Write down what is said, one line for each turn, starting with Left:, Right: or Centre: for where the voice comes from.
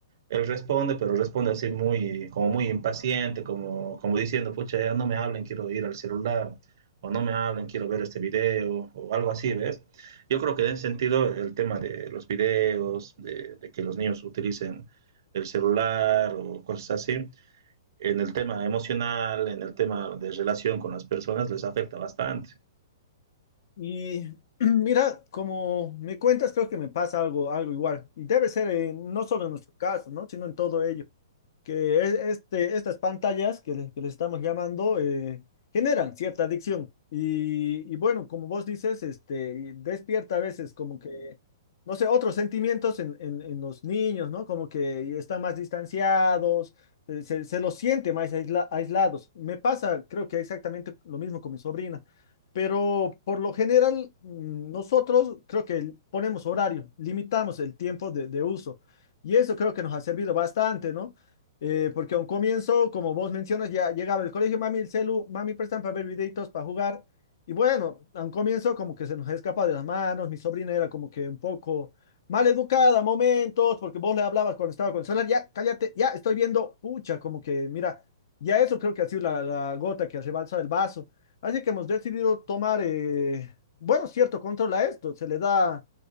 Right: él responde, pero responde así muy, como muy impaciente, como, como diciendo, pucha, ya no me hablen, quiero ir al celular, o no me hablen, quiero ver este video, o algo así, ¿ves? Yo creo que en ese sentido el tema de los videos, de, de que los niños utilicen el celular o cosas así, en el tema emocional, en el tema de relación con las personas, les afecta bastante.
Left: Y <clears throat> mira, como me cuentas, creo que me pasa algo, algo igual. Y debe ser eh, no solo en nuestro caso, ¿no? Sino en todo ello que e- este, estas pantallas que, le- que le estamos llamando eh, generan cierta adicción. Y, y bueno, como vos dices, este, despierta a veces como que, no sé, otros sentimientos en, en- en los niños, ¿no? Como que están más distanciados, eh, se, se los siente más aisla- aislados. Me pasa, creo que exactamente lo mismo con mi sobrina. Pero por lo general, mm, nosotros creo que ponemos horario, limitamos el tiempo de de uso. Y eso creo que nos ha servido bastante, ¿no? Eh, porque a un comienzo, como vos mencionas, ya llegaba el colegio, mami, el celu, mami, prestan para ver videitos, para jugar. Y bueno, a un comienzo como que se nos escapa de las manos, mi sobrina era como que un poco mal educada a momentos, porque vos le hablabas cuando estaba con el celular, ya, cállate, ya estoy viendo, pucha, como que, mira, ya eso creo que ha sido la, la gota que rebalsa el vaso. Así que hemos decidido tomar, eh, bueno, cierto control a esto, se le da